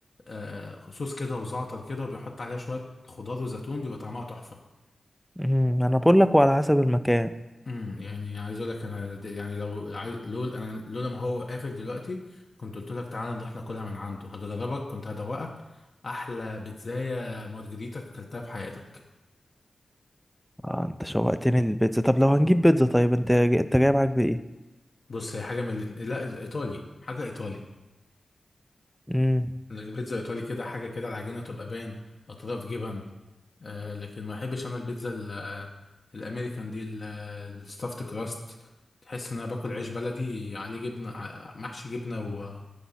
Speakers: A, on the left (about 50°); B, in the centre.
A: آه صوص كده وزعتر كده وبيحط عليها شويه خضار وزيتون بيبقى طعمها تحفه
B: مم، انا بقول لك وعلى حسب المكان
A: امم يعني عايز اقول لك انا د- يعني لو عايز لول انا لولا ما هو قافل دلوقتي كنت قلت لك تعالى نروح ناكلها من عنده هجربك كنت هدوقك احلى بيتزاية مارجريتا اكلتها في حياتك
B: آه انت شوقتني للبيتزا طب لو هنجيب بيتزا طيب انت انت جاي معاك بايه
A: بص هي حاجه من الاتنين لا ايطالي حاجه ايطالي
B: امم
A: البيتزا ايطالي كده حاجه كده العجينه تبقى بان اطراف جبن آه لكن ما بحبش انا البيتزا ال- آه، الامريكان دي الستافت كراست تحس ان انا باكل عيش بلدي عليه جبنه ع- محشي جبنه و